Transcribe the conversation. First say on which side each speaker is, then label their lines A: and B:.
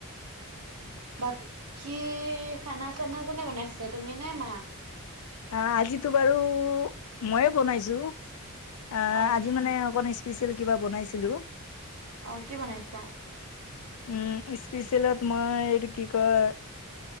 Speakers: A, on the right; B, on the left.
A: বাকী খানা চানা কোনে বনাইছে তুমি নে মা?
B: আহ আজিতো বাৰু ময়ে বোনাইছো আ
A: অ আচ্ছা
B: আজি মানে স্পিচিয়েল কিবা বনাইছিলো।
A: অ, কি বনাইছা?
B: উম, স্পেচেলত মই এইটো কি কয়।